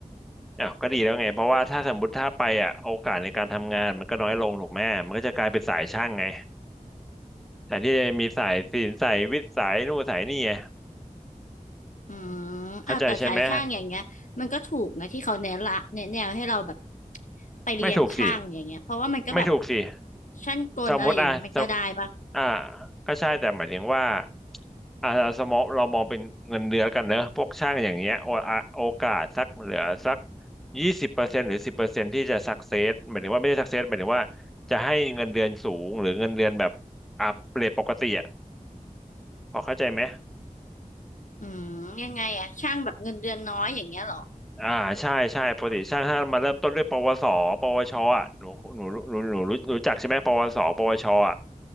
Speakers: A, in the centre; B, on the left.
A: อ้าวก็ดีแล้วไงเพราะว่าถ้าสมมติถ้าไปอ่ะโอกาสในการทำงานมันก็น้อยลงถูกไหมมันก็จะกลายเป็นสายช่างไง แต่ที่มีสายศิลป์สายวิทย์สายนู่นสายนี่ไง
B: อืมอ้าวแต่สายช่างอย่างเงี้ยมันก็ถูกนะที่เขาแนะละแนะแนวให้เราแบบ
A: เข้าใจใช่ไหม
B: ไปเรียนช่างอย่างเงี้ยเพราะว่ามันก็แบบ
A: ไม่ถูกสิไม่ถูกสิ
B: ช่างกลอะไรอย่างเงี้ยมันก็ได้ปะ
A: สมมติอ่ะสมอ่าก็ใช่แต่หมายถึงว่าอ่าสมมติเรามองเป็นเงินเดือนกันเนอะพวกช่างอย่างเงี้ยโออ่ะโอกาสสักเหลือสักยี่สิบเปอร์เซ็นต์หรือสิบเปอร์เซ็นต์ที่จะสักเซสหมายถึงว่าไม่ได้สักเซสหมายถึงว่าจะให้เงินเดือนสูงหรือเงินเดือนแบบอ่ะเรทปกติอ่ะพอเข้าใจไหม
B: อืมยังไงอะช่างแบบเงินเดือนน้อยอย่างเงี้ยเหรอ
A: อ่าใช่ใช่ปกติช่างถ้ามาเริ่มต้นด้วยปวสปวชอ่ะหนูหนูหนูหนูรู้รู้จักใช่ไหมปวสปวชอ่ะ